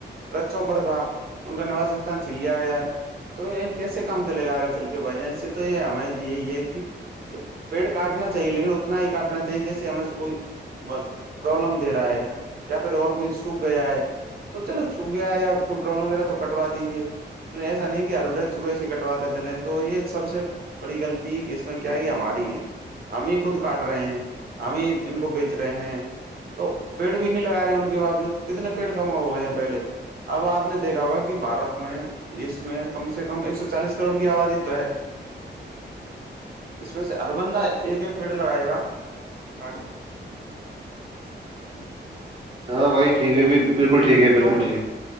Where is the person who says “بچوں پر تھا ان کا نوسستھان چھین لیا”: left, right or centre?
Right